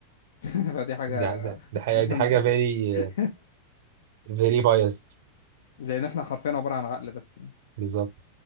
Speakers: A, on the left; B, on the right.
A: <laughs> فدي حاجة
B: دي, ح- ده-
A: <laughs>
B: دي حقيقه
A: جامدة
B: دي حاجه
A: بس
B: فيري
A: <laughs>
B: فيري بايست
A: لان احنا حرفيا عبارة عن عقل بس
B: بالظبط